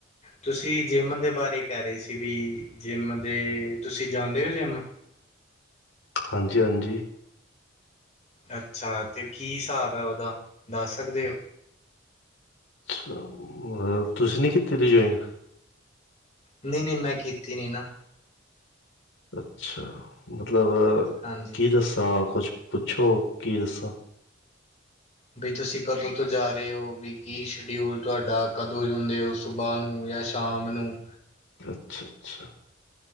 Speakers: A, on the left (about 35°); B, on the left (about 70°).
A: ਤੁਸੀ ਜਿੰਮ ਦੇ ਬਾਰੇ ਕਹਿ ਰਹੇ ਸੀ ਵੀ ਜਿੰਮ ਦੇ ਤੁਸੀ ਜਾਂਦੇ ਹੋ ਜਿੰਮ
B: ਹਾਂਜੀ- ਹਾਂਜੀ
A: ਅੱਛਾ ਤੇ ਕੀ ਹਿਸਾਬ ਹੈ ਉਹਦਾ ਦੱਸ ਸਕਦੇ ਹੋ।
B: ਅੱਛਾ ਤੁਸੀ ਨਹੀਂ ਕੀਤੀ ਕਦੀ ਜੁਆਇਨ
A: ਨਹੀਂ- ਨਹੀਂ ਮੈਂ ਕੀਤੀ ਨੀ ਨਾ।
B: ਅੱਛਾ ਮਤਲਬ
A: ਹਾਂਜੀ
B: ਕੀ ਦੱਸਾਂ ਕੁਛ ਪੁੱਛੋ ਕੀ ਦੱਸਾਂ।
A: ਵੀ ਤੁਸੀ ਕਦੋਂ ਤੋਂ ਜਾ ਰਹੇ ਹੋ ਵੀ ਕੀ ਸ਼ਡਿਊਲ ਤੁਹਾਡਾ ਕਦੋਂ ਹੁੰਦੇ ਹੋ। ਸੁਬਾਹ ਨੂੰ ਜਾਂ ਸ਼ਾਮ ਨੂੰ
B: ਅੱਛਾ -ਅੱਛਾ